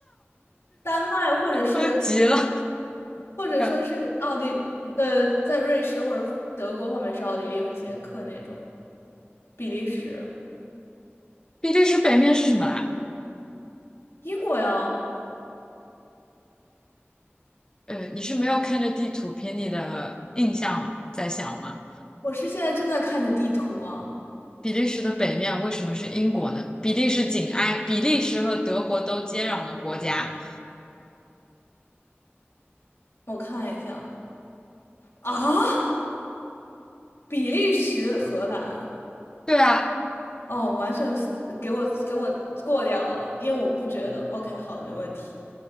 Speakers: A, on the left; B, on the left.
A: 丹麦或者是
B: 我都急了。
A: 或者说是奥地呃在瑞士或者德国旁边是奥地利和捷克那种，
B: 呃
A: 比利时、
B: 比利时北面是什么来？
A: 英国呀。
B: 呃，你是没有看着地图凭你的印象在想吗？
A: 我是现在正在看着地图啊。
B: 比利时的北面为什么是英国呢？比利时紧挨比利时和德国都接壤的国家。
A: 我看一下啊，比利时、荷兰，
B: 对啊，
A: 哦，完全是给我给我过掉了，因为我不觉得。OK，好的，没问题。